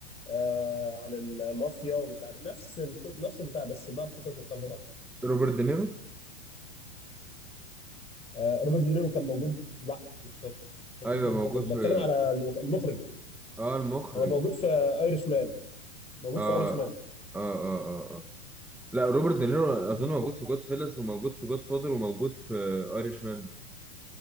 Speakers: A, on the left; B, in the centre.
A: آه عن المافيا ومش عارف نفس الق- نفس البتاع بس بقى بقصص مختلفه طبعا
B: روبرت دينيرو
A: آه روبرت دينيرو كان موجود لا مش فاكر مش فاكر
B: ايوه
A: روبرت
B: موجود
A: دينيرو كان
B: في
A: بتكلم على المخ- المخرج
B: اه المخرج
A: هو موجود في ايرش مان موجود
B: اه
A: في ايرش
B: اه
A: مان
B: اه اه, آه. لا روبرت دينيرو اظن
A: ب...
B: موجود
A: ب...
B: في جود فيلز وموجود في جود فاذر وموجود في ايرش مان